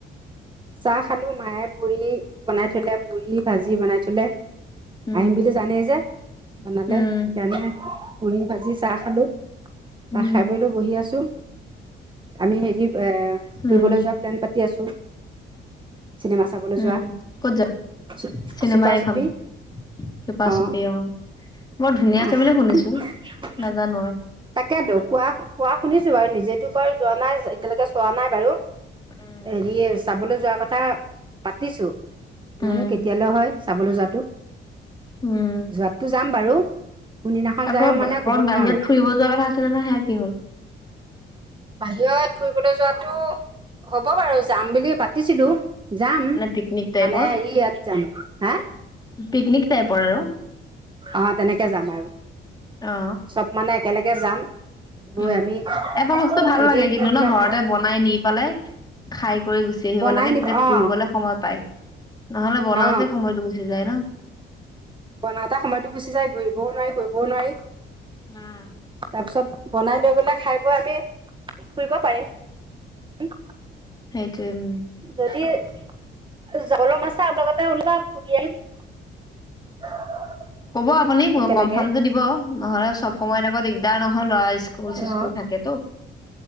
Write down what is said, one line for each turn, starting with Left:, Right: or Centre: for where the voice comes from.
Right: চাহ খালোঁ, মায়ে পুৰি বনাই থ'লে, পুৰি-ভাজি বনাই থ'লে।
Left: উম
Right: আহিম বুলি জানেই যে, বনালে,
Left: উম
Right: সেইকাৰণে পুৰি-ভাজি চাহ খালোঁ। <unintelligible>
Left: উম
Right: খাই-বই লৈ বহি আছোঁ। আমি হেৰি এ ফুৰিবলৈ
Left: উম
Right: যোৱা প্লেন পাত <unintelligible> আছোঁ। চিনেমা চাবলৈ
Left: উম
Right: যোৱা,
Left: ক'ত যাব
Right: চু
Left: চিনেমা
Right: চুপা-চুপি,
Left: এইখন চুপা
Right: অ'।
Left: চুপি বৰ ধুনীয়া
Right: আহ্ <unintelligible>
Left: আছে বুলি শুনিছো নাজানো আৰু
Right: তাকেইতো কোৱা কোৱা শুনিছো বাৰু নিজেতো বাৰ যোৱা নাই এতিয়ালৈকে চোৱা নাই বাৰু।
Left: উম
Right: হেৰিয়ে চাবলৈ যোৱা কথ <unintelligible> পাতিছোঁ। জানো
Left: উম
Right: কেতিয়ালৈ হয়! চাবলৈ যোৱাতো
Left: উম
Right: যোৱাতটো যাম বাৰু। কোনদিনাখন
Left: আকৌ
Right: যায় মানে
Left: অকণ
Right: ক'ব নোৱাৰোঁ
Left: বাহিৰত ফুৰিব যোৱাৰ কথা আছিলে নহয়! সেয়া কি হ'ল?
Right: বাহিৰত ফুৰিবলৈ যোৱাটো হ'ব বাৰু যাম বুলি পাতিছিলোঁ। যাম মানে
Left: পিকনিক টাইপৰ
Right: ই-ইয়াত যাম হা?
Left: পিকনিক। টাইপৰ আৰু
Right: অ' তেনেকে যাম আৰু।
Left: অ
Right: চব মানে একেলগে যাম। গৈ
Left: উম
Right: আমি
Left: এটা বস্তু ভাল
Right: দুদিন
Left: লাগে কিন্তু
Right: তিনিদিনত
Left: ন ঘৰতে বনাই নি পেলাই, খাই কৰি গুচি আহিব
Right: বনাই
Left: লাগে, তেতিয়া
Right: নি অ
Left: ফুৰিবলে সময় পায়। নহলে বনাওঁতে
Right: অ
Left: সময়টো গুচি যায় ন'।
Right: বনাওঁতে সময়টো গুচি যায় ঘূৰিবও নোৱাৰি, কৰিবও নোৱাৰি।
Left: উম।
Right: তাৰপিছত বনাই লৈ গ'লে খাই বৈ আমি ফুৰিব পাৰিম।
Left: <unintelligible> <unintelligible>
Right: যদি <unintelligible>
Left: ক'ব আপুনি
Right: একেলগে
Left: কনফাৰ্মটো দিব, নহ'লে চব সময়ত আকৌ দিগদাৰ ন <unintelligible> ল'ৰাৰ স্কুল-চিস্কুল
Right: অ
Left: থাকেতো।